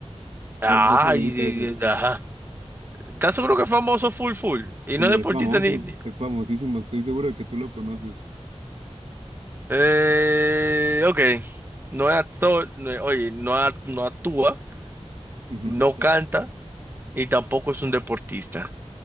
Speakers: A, on the right; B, on the right.
A: Ah,
B: pero no se dedica
A: ajá.
B: a eso.
A: ¿Estás seguro que es famoso full full? Y
B: Sí,
A: no es deportista
B: es famoso,
A: ni...
B: es,
A: ni-
B: es famosísimo, estoy seguro de que tú lo conoces.
A: Eh, ok. No es actor, no es- oye, no, act- no actúa,
B: Ujú.
A: no canta y tampoco es un deportista.